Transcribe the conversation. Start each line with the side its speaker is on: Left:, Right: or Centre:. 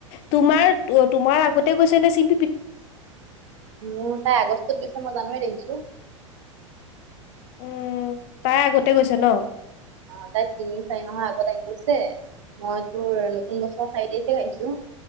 Left: তোমাৰ তোমাৰ আগতে গৈছে নে চিন।
Right: মোৰ তাই আগষ্টত গৈছে মই জানোৱাৰীত আহিছো।
Left: উম তাই আগতে গৈছে ন।
Right: অ তাই তিনি চাৰি মাহৰ আগত আহ গৈছে মই তোৰ নতুন বছৰ চাৰি তাৰিখে আহিছো।